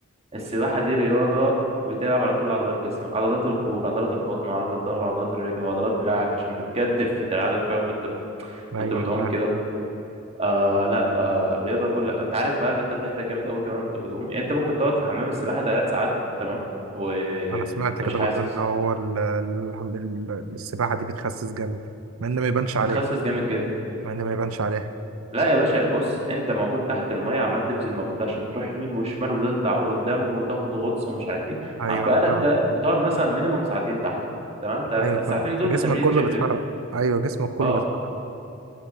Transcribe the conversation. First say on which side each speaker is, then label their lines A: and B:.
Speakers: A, on the right; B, on the right.
A: السباحة دي رياضة بتلعب على كل عضلات جسمك عضلات الكور عضلات البطن وعضلات الظهر وعضلات الرجل وعضلات دراعك عشان بتجدف <laughs> دراعك فاهم وانت
B: ايوه
A: وانت بتعوم
B: انا فاهم
A: كده آه لا آه رياضة كل انت عارف بقى ان انت بتحرق جامد قوي كمان وانت بتعوم يعني انت ممكن تقعد في حمام السباحة ثلاث ساعات تمام وانت
B: انا سمعت كده
A: مش حاسس
B: برضه ان هو ال... ال... ال- السباحه دي بتخسس جامد مع ان ما يبانش عليها
A: بتخسس جامد جدا
B: مع ان ما يبانش عليها
A: لا يا باشا بص انت موجود تحت المية عمال تبذل مجهود عشان تروح يمين وشمال وتطلع قدام وتاخد غطس ومش عارف ايه
B: ايوه
A: عم بقالك
B: انا فاهم
A: تا- بتقعد مثلا مينيمم ساعتين تحت تمام تا-
B: ايوه
A: الساعتين
B: فاهم
A: دول
B: فجسمك
A: بتمرين
B: كله
A: جيم
B: بيتحرك ايوه جسمك كله
A: اه
B: بيتحرك